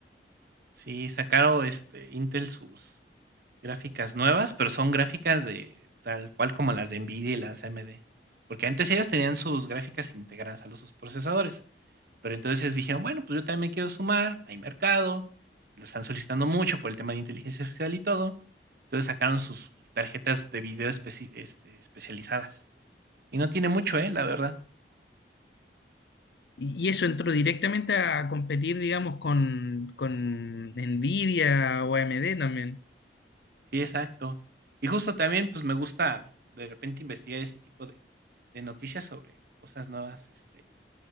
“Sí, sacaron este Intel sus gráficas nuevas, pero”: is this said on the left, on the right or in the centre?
Right